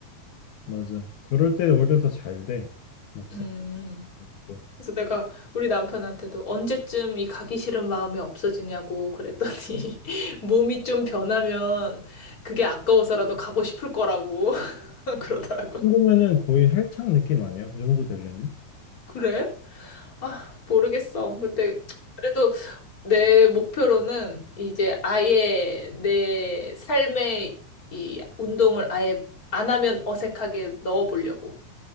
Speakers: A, on the left; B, on the left.
A: 맞아. 그럴 때 오히려 더 잘 돼. 막상
B: 음.
A: 또
B: 그래서 내가 우리 남편한테도 언제쯤 이 가기 싫은 마음이 없어지냐고 그랬더니, <laughs> 몸이 좀 변하면 그게 아까워서라도 가고 싶을 거라고 <laughs> 그러더라고.
A: 궁금해는 거의 헬창 느낌 아니야? 그 정도 되려면?
B: 그래? 아, 모르겠어. 근데, 그래도 내 목표로는 이제 아예 내 삶에 이 운동을 아예 안 하면 어색하게 넣어보려고.